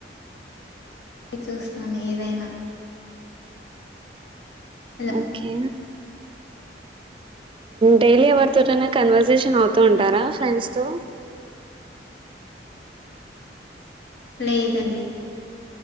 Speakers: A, on the left; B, on the right.
A: చూస్తాను ఏదైనా హలో
B: ఓకే డైలీ ఎవరితోటైనా కన్వర్సేషన్ అవుతూ ఉంటారా ఫ్రెండ్స్ తో
A: లేదండి